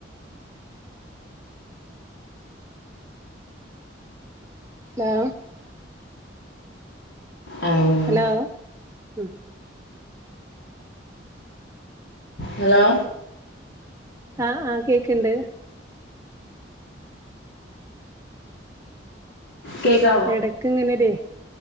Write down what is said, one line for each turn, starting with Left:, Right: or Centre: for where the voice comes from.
Right: ലാ
Left: ഉം.
Right: ഹലോ ഉം
Left: ഹലോ
Right: ആഹ് ആ കേക്ക്ണ്ട്
Left: കേക്കാവോ
Right: എടക്ക് ഇങ്ങനെ ഒരേ